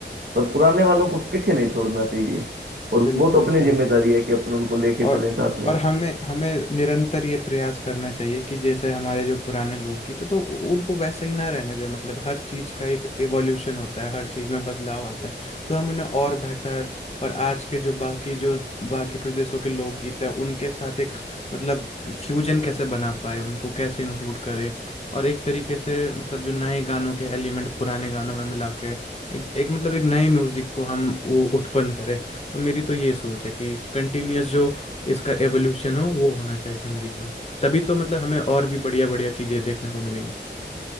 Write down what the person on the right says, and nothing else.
पर पुराने वालों को पीछे नहीं छोड़ना चाहिए और
वो तो अपनी
जिम्मेदारी है कि अपन उनको लेके
चलें साथ में